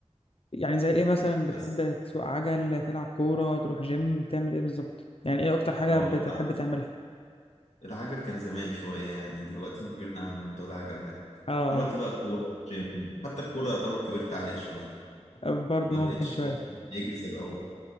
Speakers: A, on the left; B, on the left.
A: يعني زي ايه مثلا بتحب
B: بس
A: تسوق عجل تلعب كورة تروح جيم تعمل ايه بالظبط يعني ايه اكتر حاجة
B: اه
A: بتحب
B: العب
A: تعملها
B: العجل كان زمان شويه يعني دلوقتي كبرنا عن موضوع العجل ده
A: اه
B: دلوقتي بقى كوره وجيم حتى الكوره يعتبر كبرت عليها شويه
A: اه برضه
B: ما
A: ممكن
B: بقتش
A: شوية
B: الواحد يجري زي الاول